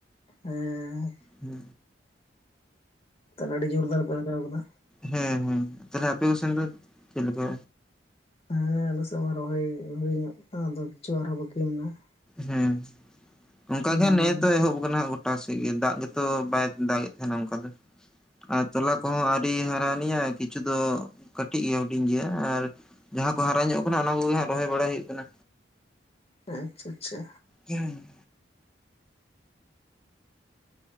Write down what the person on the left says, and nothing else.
ᱦᱮᱸ
ᱛᱟᱦᱚᱞᱮ ᱟᱹᱰᱤ ᱡᱳᱨ ᱫᱟᱨ ᱯᱮ ᱞᱟᱜᱟᱣ ᱠᱟᱫᱟ
ᱦᱮᱸ ᱟᱞᱮ ᱥᱮᱫ ᱢᱟ ᱨᱚᱦᱚᱭ ᱦᱩᱭ ᱧᱚᱜ ᱠᱟᱱᱟ ᱟᱫᱚ ᱠᱤᱪᱷᱩ ᱟᱨᱦᱚᱸ ᱵᱟᱹᱠᱤ ᱢᱮᱱᱟᱜᱼᱟ
ᱦᱩᱸ
ᱟᱪᱪᱷᱟ ᱟᱪᱪᱷᱟ